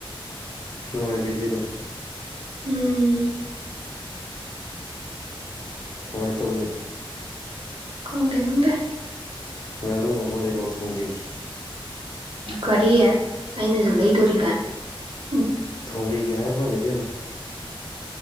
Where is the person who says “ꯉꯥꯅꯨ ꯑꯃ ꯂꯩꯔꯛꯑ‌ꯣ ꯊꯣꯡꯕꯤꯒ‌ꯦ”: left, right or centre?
Left